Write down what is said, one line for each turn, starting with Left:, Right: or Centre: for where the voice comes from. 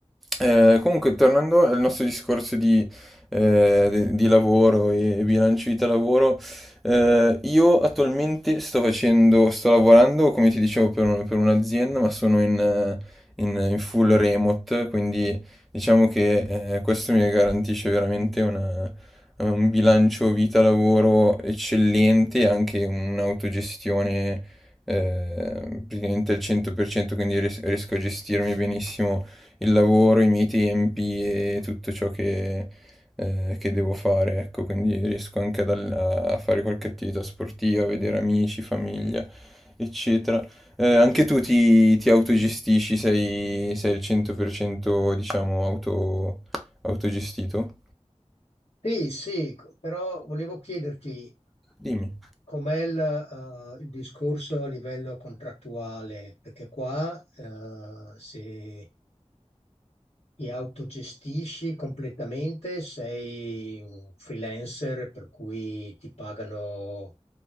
Centre: Eh, comunque, tornando al nostro discorso di, eh, de- di lavoro e bilancio vita-lavoro, eh, io attualmente sto facendo, sto lavorando, come ti dicevo, per un- per un'azienda, ma sono in, eh, in- in full remote, quindi diciamo che eh, questo mi garantisce veramente una- un bilancio vita-lavoro eccellente e anche un'autogestione eh, praticamente al 100%, quindi ries- riesco a gestirmi benissimo il lavoro, i miei tempi e tutto ciò che, eh, che devo fare, ecco, quindi riesco anche ad all- a a fare qualche attività sportiva, a vedere amici, famiglia, eccetera. Eh, anche tu ti, ti autogestisci, sei, sei il 100% diciamo auto, autogestito?
Left: Sì, sì, però volevo chiederti,
Centre: Dimmi.
Left: Com'è il, eh, il discorso a livello contrattuale? Perché qua, eh, se ti autogestisci completamente, sei un freelancer, per cui ti pagano